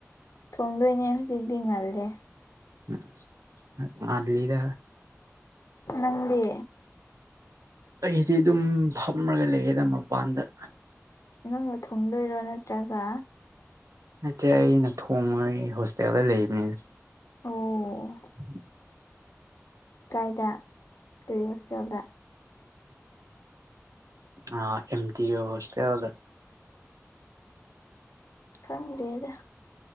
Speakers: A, on the left; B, on the right.
A: ꯊꯣꯡꯗꯣꯏꯅꯦ ꯍꯧꯖꯤꯛꯇꯤ ꯉꯜꯂꯦ꯫
B: ꯎꯝ ꯉꯜꯂꯤꯗ꯫
A: ꯅꯪꯗꯤ꯫
B: ꯑꯩꯗꯤ ꯑꯗꯨꯝ ꯐꯝꯃꯒ ꯂꯩꯌ‌ꯦꯗ ꯃꯄꯥꯟꯗ꯫
A: ꯑꯪꯅ ꯊꯣꯡꯗꯣꯏꯔꯣ ꯅꯠꯇ꯭ꯔꯒ
B: ꯅꯠꯇꯦ ꯑꯩꯅ ꯊꯣꯡꯉꫭꯏ ꯍꯣꯁꯇꯦꯜꯗ ꯂꯩꯕꯅꯤꯅ꯫
A: ꯑꯣ꯫
B: <inaudible>
A: ꯀꯥꯏꯗ ꯀꯔꯤ ꯍꯣꯁꯇꯦꯜꯗ꯫
B: ꯑꯥ ꯑꯦꯝ ꯇꯤ ꯑꫭ ꯍꯣꯁꯇꯦꯜꯗ꯫
A: ꯈꯪꯗꯦꯗ꯫